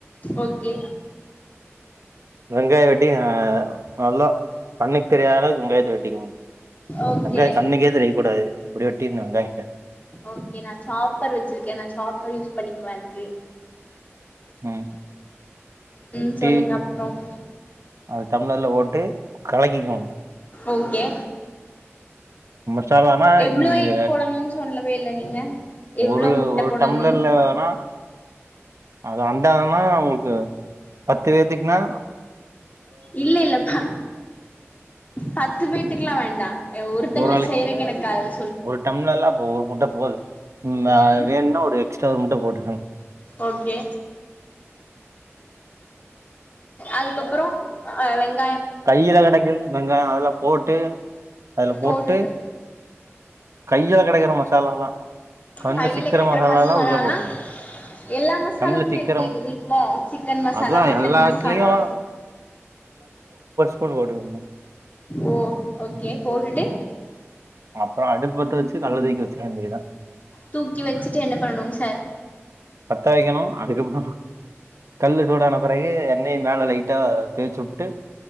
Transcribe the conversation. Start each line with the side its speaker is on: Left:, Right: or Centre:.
Left: ஓகே
Right: வெங்காய வெட்டி நல்லா கண்ணுக்கு தெரியாத அளவுக்கு வெங்காயத்த வெட்டிக்கோங்க
Left: ஓகே
Right: வெங்காயோ கண்ணுக்கே தெரிய கூடாது அப்டி வெட்டிர்னு வெங்காயத்த
Left: ஓகே நா சாப்பர் வச்சிருக்கே நா சாப்பர் யூஸ் பண்ணிக்குவ அதுக்கு
Right: ம் வெட்டி
Left: ம் சொல்லுங்க அப்றம்
Right: அது தம்ளர்ல போட்டு கலக்கிக்கனு
Left: ஓகே
Right: மசாலானா
Left: எவ்ளோ
Right: இங்க
Left: எக் போடணுன் சொல்ல வே இல்ல நீங்க எவ்ளோ
Right: ஒரு
Left: முட்ட
Right: ஒரு
Left: போடணுன்னு
Right: டம்ளர்ல வேனா அது அன்டானா உங்களுக்கு பத்து பேத்துக்கு நா
Left: இல்ல இல்ல ப பத்து பேத்துக்கெல்லா வேண்டா அ ஒருத்தங்களுக்கு
Right: ஒரு ஆளு
Left: செய்றக்கு எனக்கு அளவு
Right: ஒரு டம்ளர்ல அப்ப ஒரு முட்ட போது
Left: ம்
Right: அ வேணுனா ஒரு எக்ஸ்ட்ரா ஒரு முட்ட போட்டுக்கங்க
Left: ஓகே அதுக்கப்பறோ ஆ வெங்
Right: கையில கடைக்குது வெங்காயோ அதெல்லா போட்டு அதுல
Left: போட்டுட்டு
Right: போட்டு கைல கடைக்கற மசாலாலா கண்ல
Left: கையில
Right: சிக்கிற
Left: கெடைக்கிற
Right: மசாலாலா
Left: மசாலால்லா
Right: உள்ள போட்ருங்க
Left: எல்லா மசாலாவுமே
Right: கண்ல சிக்கிற
Left: இருக்கே எங்க வீட்ல சிக்கன் மசாலா
Right: அதா
Left: மட்டன்
Right: எல்லாத்துலயு
Left: மசாலா
Right: ன் போட்டுக்கங்க
Left: ஓ ஓகே போட்டுட்டு
Right: அப்புறம் அடுப்பு பத்த வச்சு கள்ள தூக்கி வச்சிற வேண்டிதா
Left: தூக்கி வச்சுட்டு என்ன பண்ணணுங்க சார்
Right: பத்த வைக்கணும். அதுக்கப்புறம் கல்லு சூடான பிறகு என்னை மேல லைட்டா தேச்சு விட்டு